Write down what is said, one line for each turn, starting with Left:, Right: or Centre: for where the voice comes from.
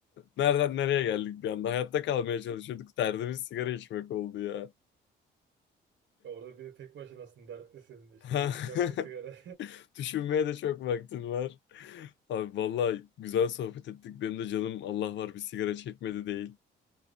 Left: nereden nereye geldik bir anda. Hayatta kalmaya çalışıyorduk. Derdimiz sigara içmek oldu ya.
Right: <laughs> Orada bir de tek başınasın, dertlisin. İşte
Left: Ha. <laughs>
Right: yak bir sigara.
Left: Düşünmeye de çok vaktin var. Abi vallahi güzel sohbet ettik. Benim de canım Allah var bir sigara çekmedi değil.